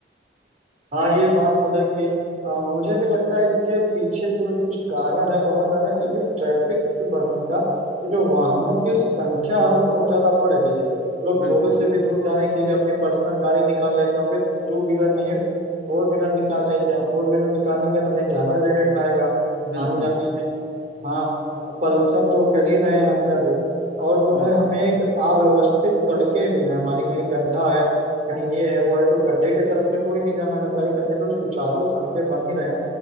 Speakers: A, on the right; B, on the right.
A: हाँ ये बात तो है कि अ, मुझे भी लगता है इसके पीछे जो कुछ कारण है बहुत ज्यादा कि अभी ट्रैफिक बढ़ने का कि जो वाहनों की संख्या है वो बहुत ज्यादा बढ़ गई है लोग
B: बिल्कुल
A: थोड़ी सी भी दूर जाने के लिए अपनी पर्सनल गाड़ी निकाल लेते हैं वो भी टू व्हीलर नहीं फोर व्हीलर निकाल लेते हैं फोर व्हीलर निकालेंगे तो भाई ज्यादा जगह खाएगा
B: बिल्कुल
A: आने जाने में हाँ पॉल्यूशन तो कर ही रहे हैं अत्यधिक और जो
B: बिल्कुल
A: है हमें एक अव्यवस्थित सड़कें भी हैं हमारी कहीं गड्ढा है कहीं ये है वो है तो गड्ढे की तरफ से कोई नहीं जाना चाहता है कहते हैं कि अगर जो सुचारू सड़कें बनी रहें